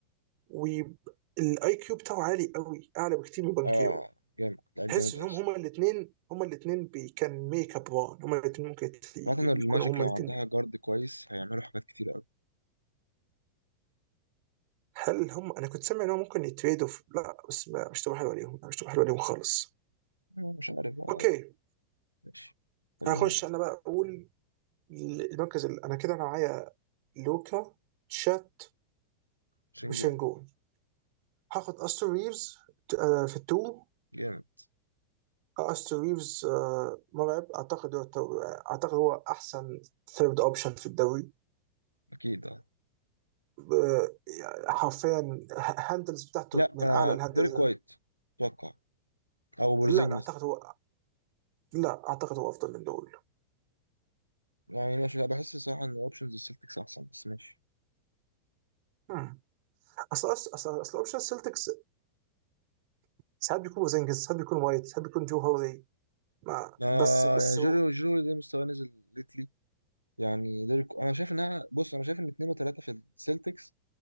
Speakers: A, on the right; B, on the right.
A: والاي كيو بتاعه عالي قوي اعلى بكتير من بانكيو
B: اه جامد لعيب
A: تحس
B: جامد
A: انهم
B: أوي الصراحة
A: هما الاثنين هما الاثنين كان ميك اب وان هما الاثنين ممكن يت-
B: عامة
A: يكونوا
B: الماجيك
A: هما
B: لو
A: الاثنين
B: عندها جارد كويس هيعملوا حاجات كتير أوي
A: هل هم انا كنت سامع انهم ممكن يتريدوا في... لا بس ما- مش تبقى حلوه عليهم مش تبقى حلوه عليهم خالص
B: آه، مش عارف بقى
A: اوكي
B: ماشي خلينا
A: هخش انا بقى اقول المركز ال... انا كده انا معايا لوكا تشات
B: شنجون
A: وشنجون هاخد استر ريفز ت- آه، في التو
B: جامد
A: استر ريفز آه، مرعب اعتقد هو التو- آه، اعتقد هو احسن ثيرد اوبشن في الدوري
B: اكيد اه
A: ب- يعني حرفيا ه- هاندلز بتاعته
B: لا
A: من
B: آه
A: اعلى الهاندلز
B: ديريك وايت اتوقع او بورزينجس
A: لا لا اعتقد هو لا اعتقد هو افضل من دول
B: يعني ماشي بحس صراحه ان اوبشنز السلتكس احسن بس ماشي
A: هم. اصل اصل اصل أصل اوبشن السلتكس ساعات بيكون بوزنجز ساعات بيكون وايت ساعات بيكون جو هولي ما
B: آه
A: بس بس
B: يعني جيرو
A: هو
B: جيرو ده مستواه نزل ليتلي يعني ديريك انا شايف انها بص انا شايف ان اتنين وتلاته في السلتكس